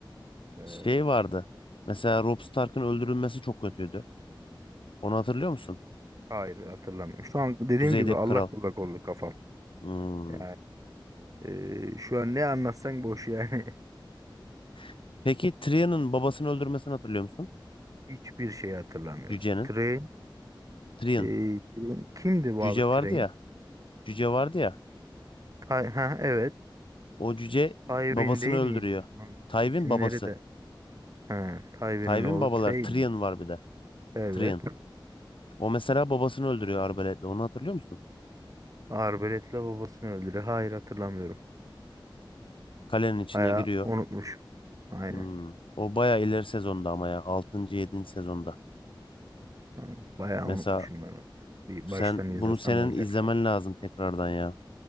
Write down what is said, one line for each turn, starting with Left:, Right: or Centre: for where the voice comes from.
Right: <laughs> Ey,
Left: Şey vardı. Mesela Robb Stark'ın öldürülmesi çok kötüydü. Onu hatırlıyor musun?
Right: Hayır hatırlamıyorum. Şu an dediğim
Left: Kuzeydeki
Right: gibi allak
Left: kral.
Right: bullak oldu kafam.
Left: Hmm.
Right: Yani e, şu an ne anlatsan boş yani.
Left: <laughs> Peki Tyrion'un babasını öldürmesini hatırlıyor musun?
Right: <laughs> Hiçbir şey hatırlamıyorum.
Left: Cüce'nin.
Right: Trey
Left: Tyrion.
Right: Ee, Train- kimdi bu
Left: Cüce
Right: abi
Left: vardı
Right: Train?
Left: ya. Cüce vardı ya.
Right: Ty- ha, evet.
Left: O cüce
Right: Tywin
Left: babasını
Right: değil
Left: öldürüyor.
Right: miydi? Lan
Left: Tywin
Right: İsimleri
Left: babası.
Right: de. Ha, Tywin'in
Left: Tywin
Right: oğlu
Left: babaları.
Right: Train
Left: Tyrion
Right: mi?
Left: var bir de.
Right: Evet.
Left: Tyrion. O mesela babasını öldürüyor arbaletle. Onu hatırlıyor musun?
Right: Arbaletle babasını öldürüyor. Hayır hatırlamıyorum.
Left: Kalenin içine
Right: Bayağı
Left: giriyor.
Right: unutmuşum. Aynen.
Left: Hmm. O baya ileri sezonda ama ya. 6. yedinci sezonda.
Right: Ha, Bayağı
Left: Mesela
Right: unutmuşum ben onu. Bir
Left: sen
Right: baştan
Left: bunu
Right: izlesem
Left: senin
Right: olacak
Left: izlemen
Right: zaten.
Left: lazım tekrardan ya.